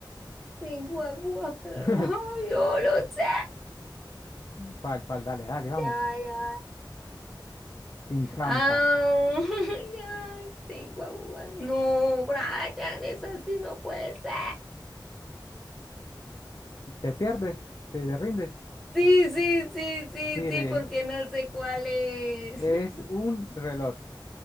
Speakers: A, in the centre; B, on the left (about 50°).
A: Tengo agujas, pero
B: <laughs>
A: no, <laughs> yo lo sé.
B: ¿Cuál, cuál? Dale, dale, vamos.
A: Ya, va, ya va,
B: Sin trampa.
A: Ah, <laughs> ya tengo agujas. No, Brian, es así, no puede ser.
B: Te pierdes, te te rindes.
A: Sí, sí, sí, sí,
B: Mire,
A: sí, porque no sé cuál es.
B: es
A: <laughs>
B: un reloj.